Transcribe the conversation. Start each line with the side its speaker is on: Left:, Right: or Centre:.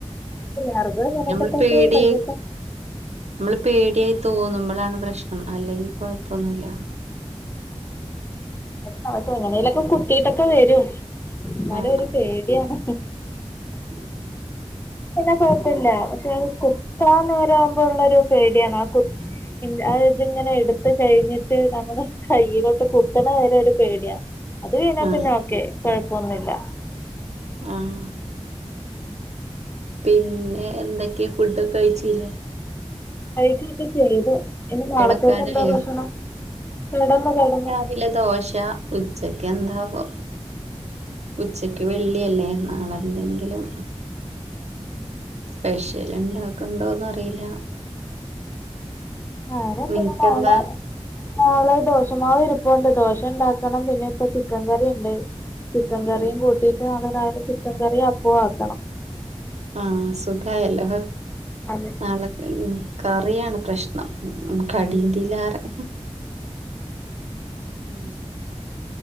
Left: പിള്ളേർക്ക് അങ്ങനൊക്കെ
Right: ഞമ്മൾ
Left: തന്നെ
Right: പേടി
Left: പശുത്തെ
Right: ഞമ്മള് പേടിയായി തോന്നുമ്പോളാണ് പ്രശ്നം അല്ലെങ്കിൽ കൊഴപ്പൊന്നുല്ല
Left: <unintelligible> എങ്ങനെയെങ്കിലും കുത്തിട്ടൊക്കെ വരും ഇന്നാലും
Right: ആ
Left: ഒരു പേടിയാണ്
Right: ഉം
Left: പിന്നെ കുഴപ്പമില്ല പക്ഷെ കുത്താൻ നേരം ആവുമ്പോള്ള ഒരു പേടിയാണ് ആ കു അ ഇതിങ്ങനെ എടുത്ത കഴിഞ്ഞിട്ട് നമ്മുടെ കയ്യിലോട്ട് കുത്ത്ണ വരെ ഒരു പേടിയാ അത് കഴിഞ്ഞാൽ
Right: ആ
Left: പിന്നെ ഒക്കെ കുഴപ്പൊന്നുമില്ല
Right: ആഹ് പിന്നെ എന്തൊക്കെ ഫുഡൊക്കെ കഴിച്ചില്ലേ
Left: കഴിക്കൊക്കെ ചെയ്തു ഇനി നാളത്തേക്ക്
Right: കിടക്കാനായോ
Left: എന്താ ഭക്ഷണം കെടന്നു കെടന്നു
Right: വിലെ ദോശ ഉച്ചക്ക് എന്താവോ ഉച്ചക്ക് വെള്ളിയല്ലേ നാളെ എന്തെങ്കിലും
Left: ഉം
Right: സ്പെഷ്യൽ ഇണ്ടാക്ക്ണ്ടോന്ന് അറിയില്ല
Left: ആരാപ്ത്
Right: നിനക്കെന്താ
Left: കാണാ നാളെ ദോഷമാവ് ഇരിപ്പുണ്ട് ദോഷ ഇണ്ടാക്കണം പിന്നെ ഇപ്പൊ ചിക്കൻ കറി ഇണ്ട് ചിക്കൻ
Right: ആ
Left: കറിയും
Right: ആ
Left: കൂട്ടിട്ട് നാളെ രാവിലെ ചിക്കൻ കറിയും അപ്പം ആക്കണം
Right: ആ സുഖായല്ലോ
Left: അതെ
Right: നാളെ കറിയാണ് പ്രശ്നം കടിന്റെലാറെ
Left: ഉം
Right: ഉം